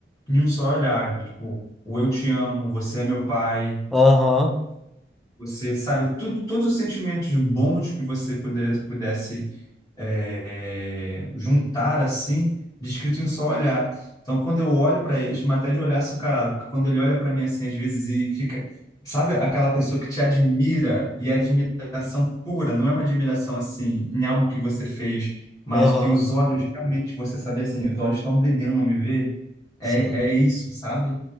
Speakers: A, on the left; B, in the centre.
A: em um só olhar, tipo, o eu te amo, você é meu pai,
B: Aham,
A: você sabe tudo, todos os sentimentos bons que você poder- pudesse é, juntar assim, descrito em um só olhar. Então, quando eu olho para ele, eu chamo até de olhar açucarado, porque quando ele olha para mim assim, às vezes e fica, sabe aquela pessoa que te admira e é admiração pura, não é uma admiração assim em algo que você fez, mas
B: aham,
A: que os olhos realmente você sabe assim, os olhos estão brilhando ao me ver. É,
B: sim.
A: é isso, sabe?